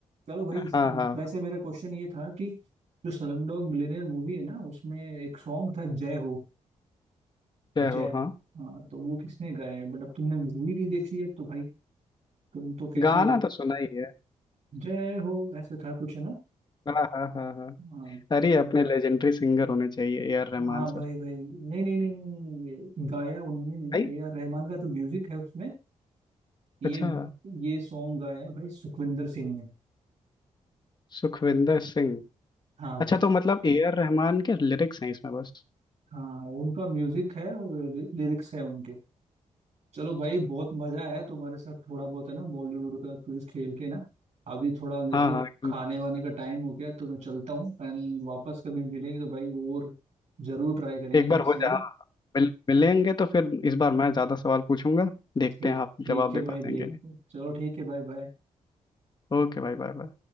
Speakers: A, on the right; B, on the left.
A: चलो भाई
B: हाँ
A: इस-
B: हाँ हाँ
A: वैसे मेरा क्वेश्चन ये था कि जो स्लमडॉग मिलियनेयर मूवी है ना उसमें एक सॉन्ग था जय हो जय
B: जय हो
A: हो
B: हाँ
A: हाँ तो वो किसने गाया है बट अब तुमने मूवी नहीं देखी है तो भाई तुम तो कैसे
B: गाना
A: ही ब-
B: तो सुना ही है
A: जय हो ऐसे था कुछ है ना
B: हाँ हाँ हाँ हाँ
A: हाँ तो
B: अरे अपने लेजेंडरी सिंगर होने चाहिए ए आर रहमान
A: हाँ
B: सर
A: भाई भाई नहीं नहीं नहीं नहीं नहीं नहीं, ये गाया उन्होंने नहीं
B: भाई
A: है ए आर रहमान का तो म्यूजिक है उसमें ये
B: अच्छा
A: ये सॉन्ग गाया है भाई सुखविंदर सिंह ने
B: सुखविंदर सिंह
A: हाँ भाई
B: अच्छा तो मतलब ए आर रहमान के लिरिक्स हैं इसमें बस
A: हाँ उनका म्यूजिक है और लिरिक्स है उनके चलो भाई बहुत मजा आया तुम्हारे साथ थोड़ा बहुत है ना बॉलीवुड का क्विज खेल के ना अभी थोड़ा मेरे
B: हाँ
A: को
B: हाँ एकदम
A: खाने वाने का टाइम हो गया तो मैं चलता हूँ एंड वापस कभी मिलेंगे तो भाई और जरूर ट्राई करेंगे
B: एक
A: फिर
B: बार
A: से
B: हो
A: है
B: जाए
A: ना
B: मिल मिलेंगे तो फिर इस बार मैं ज़्यादा सवाल पूछूंगा देखते
A: ठीक
B: हैं आप
A: ठीक
B: जवाब
A: है
B: दे
A: भाई
B: पाते
A: देखते
B: हैं कि नहीं
A: हैं। चलो ठीक है भाई बाय
B: ओके भाई बाय बाय